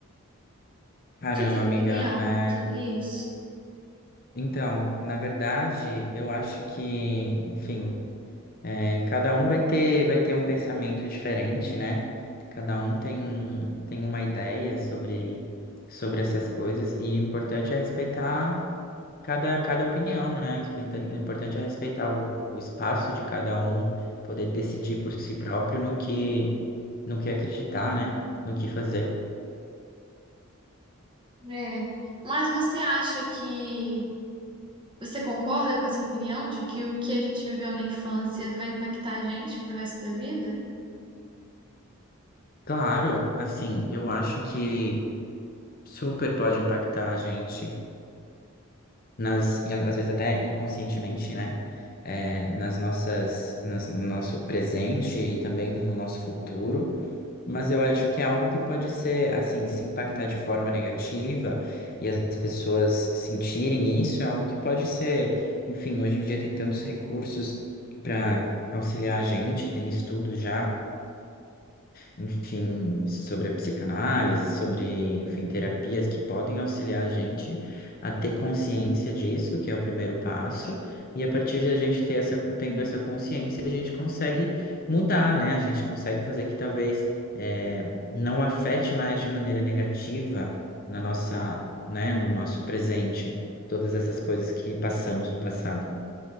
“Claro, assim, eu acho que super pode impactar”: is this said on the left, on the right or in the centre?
Left